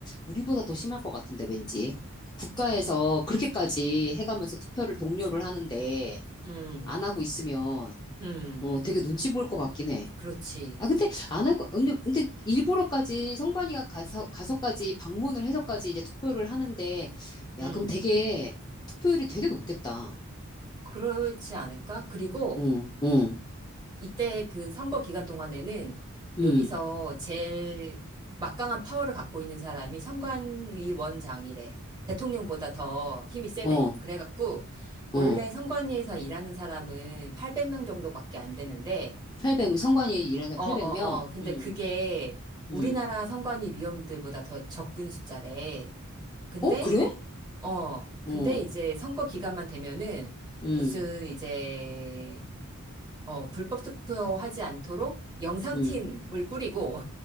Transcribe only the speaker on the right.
응,
응.
그렇지.
응.
그렇지 않을까? 그리고
이때 그 선거 기간 동안에는
여기서 제일 막강한 파워를 갖고 있는 사람이 선관위 원장이래. 대통령보다 더 힘이 세대.
그래갖고 원래
선관위에서 일하는 사람은 800명 정도밖에 안 되는데
어,
어, 어. 근데
그게 우리나라
선관위 위원들보다 더 적은 숫자래. 근데
어, 근데
이제 선거 기간만 되면은
무슨 이제 어, 불법 투표하지 않도록 영상팀을
꾸리고,